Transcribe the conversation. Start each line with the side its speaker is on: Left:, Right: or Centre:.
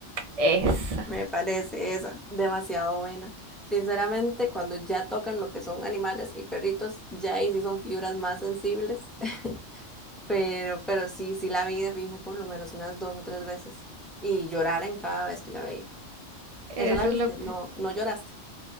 Right: Esa,
Centre: Me parece esa. Demasiado buena. Sinceramente, cuando ya tocan lo que son animales y perritos, ya ahí sí son fibras más sensibles. <laughs> Pero, pero sí, sí la vi de fijo por lo menos unas dos o tres veces. Y llorar en cada vez que la veía.
Right: eso
Centre: ¿Esa la viste?
Right: es lo
Centre: No, no lloraste.